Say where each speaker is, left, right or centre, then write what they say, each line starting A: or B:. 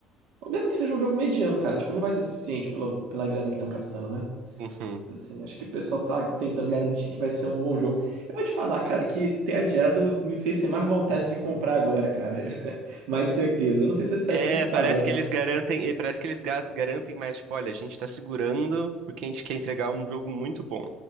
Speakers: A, on the right; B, on the right.
A: ou mesmo que seja um jogo mediano, cara, tipo, não vai ser suficiente pela, pela grana que estão gastando, né?
B: Uhum.
A: Assim, acho que o pessoal tá tentando garantir que vai ser um bom jogo. Eu vou te falar, cara, que ter adiado me fez ter mais vontade de comprar agora, cara. <laughs> mais certeza. Eu não sei se vai sair
B: É,
A: pro computador,
B: parece que
A: né?
B: eles
A: mano?
B: garantem, e parece que eles ga- garantem mais, tipo, olha, a gente tá segurando porque a gente quer entregar um jogo muito bom.